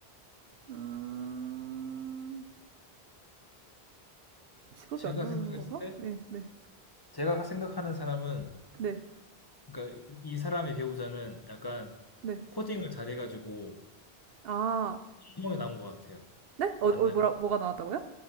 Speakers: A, on the right; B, on the left.
A: 음, 직업이
B: 제가
A: 안 나오는
B: 생각했을
A: 건가?
B: 때
A: 네, 네,
B: 제가 생각하는 사람은
A: 네,
B: 그러니까 이, 이 사람의 배우자는 약간
A: 네.
B: 코딩을 잘해가지고
A: 아,
B: 방송에 나온 것 같아요.
A: 네? 어,
B: 맞나요?
A: 어, 뭐라, 뭐가 나왔다고요?